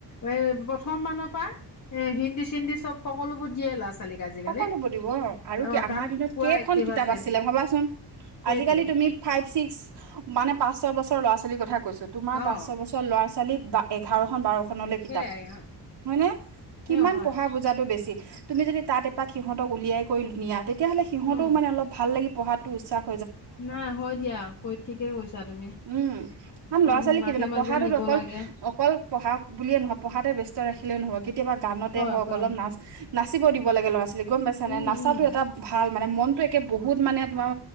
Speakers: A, on the left; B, on the right.
A: এ প্ৰথম মানৰ পৰা এ হিন্দী চিন্দি চব সকলোবোৰ দিয়ে ল'ৰা- ছোৱালীক। আজিকালি
B: সকলো বু দিব আৰু
A: অ
B: কি আমাৰ
A: কাৰণ
B: দিনত
A: পুৰা
B: কেইখন
A: এক্টিভ
B: কিতাপ
A: আছে
B: আছিলে
A: এতিয়া
B: ভাবাচোন?
A: সেইটোৱে
B: আজিকালি তুমি ফাইভ ছিক্স মানে পাঁচ ছয়ছৰ ল'ৰা ছোৱালীৰ কথা কৈছো তোমাৰ পাঁ
A: অ
B: ছয় বছৰ ল'ৰা ছোৱালী বা এঘাৰখন বাৰ কিতাপ
A: সেইয়াই অ
B: হয়নে
A: সেই
B: কিমান
A: হয়
B: পঢ়া বুজাতটো বেছি তুমি যদি তাত সিহঁক উলিয়াই কৰি নিয়া তেতিয়াহ'লে সিহঁতেও
A: উম
B: মানে অলপ ভাল লাগি পঢ়াটো উচ্ছাস
A: নাই হয় দিয়া কৈ ঠিকে কৈছা তুমি।
B: উম আম
A: কাৰণ
B: ল'ৰা ছোৱালী
A: মাজে
B: কি'জানা
A: মাজে
B: পঢ়াটোত
A: নিব
B: অকল
A: লাগে
B: অকল পঢ়া বুলিয়ে নহয় পঢ়াতে ব্যস্ত ৰাখিলেও নহয় কেতিয়াবা গানতে
A: হয়
B: হওক
A: হয়
B: অলপ নাচ নাচিব দিব লাগে ল'ৰা ছোৱালী গম পাইছা নে
A: উম
B: নাচাটো
A: উম
B: এটা ভাল মানে মনতটো একে বহুত মানে তোমাৰ